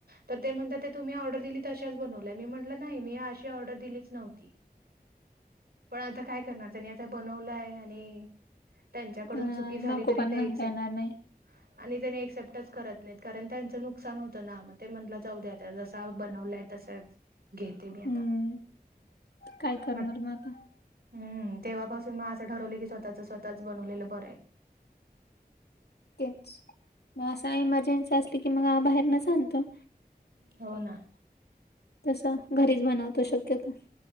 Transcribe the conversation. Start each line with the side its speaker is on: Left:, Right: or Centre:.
Right: तर ते म्हणता ते तुम्ही ऑर्डर दिली तशाच बनवल्याय मी म्हटलं नाही, मी अशी ऑर्डर दिलीच नव्हती. पण आता काय करणार त्यांनी आता बनवलाय आणि त्यांच्याकडून
Left: अं,
Right: चुकी झाली
Left: नको
Right: तरी
Left: पण
Right: ते
Left: म्हणता
Right: एक्सेप्ट
Left: येणार नाही
Right: आणि त्यानी एक्सेप्टच करत नाहीत. कारण त्यांच नुकसान होत ना मग ते म्हणला जाऊ दे आता जसा बनवलाय तसा घेते मी आता
Left: हम्म काय करणार
Right: म
Left: मग आता
Right: हम्म तेव्हापासून मग अस ठरवल की स्वतःच स्वतःच बनवलेल बरय.
Left: तेच म असा इमर्जन्सी असली की मग बाहेरनच आणतो.
Right: हो ना
Left: तस घरीच बनवतो शक्यतो.